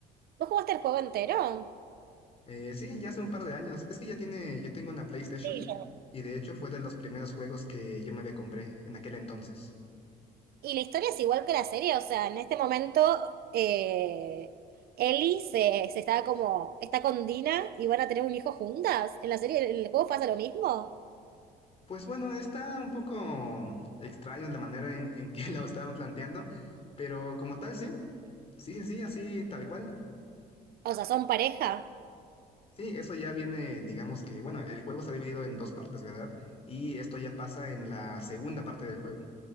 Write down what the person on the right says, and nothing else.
¿Vos jugaste el juego entero?
Sí,
Y la historia es igual que la serie, o sea, en este momento eh, Ellie se, se está como, está con Dina y van a tener un hijo juntas. En la serie, en el juego pasa lo mismo.
O sea, son pareja.